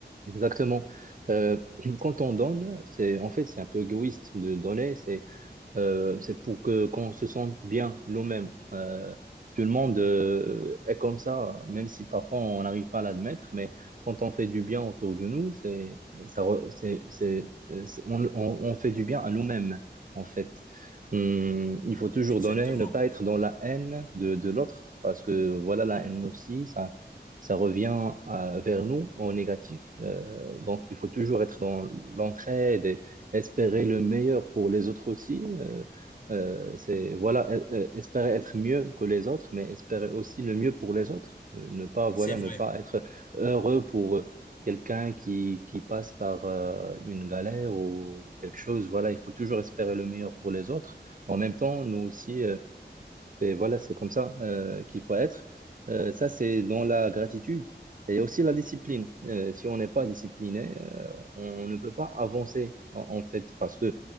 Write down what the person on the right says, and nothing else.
Exactement. Euh, <clears throat> quand on donne, c'est en fait, c'est un peu égoïste de donner. C'est Euh, c'est pour que qu'on se sente bien nous-mêmes. Euh, tout le monde euh, est comme ça, même si parfois on n'arrive pas à l'admettre, mais quand on fait du bien autour de nous, c'est, ça, re- c'est, c'est, euh, c'est- on, on- on fait du bien à nous-mêmes, en fait. Hum, il faut toujours
donner, ne pas être dans la haine de, de l'autre, parce que voilà, la haine aussi, ça, ça revient à- vers nous en négatif. Euh, donc, il faut toujours être dans l'entraide espérer le meilleur pour les autres aussi. euh, euh, c'est, voilà, e- e- espérer être mieux que les autres, mais espérer aussi le mieux pour les autres. Ne ne pas, voilà,
ne pas être heureux pour quelqu'un qui, qui passe par euh, une galère ou quelque chose. Voilà, il faut toujours espérer le meilleur pour les autres. En même temps, nous aussi, euh, et voilà, c'est comme ça euh, qu'il faut être. Euh, ça, c'est dans la gratitude et aussi la discipline. Euh, si on n'est pas discipliné, euh, on ne peut pas avancer, en, en fait, parce que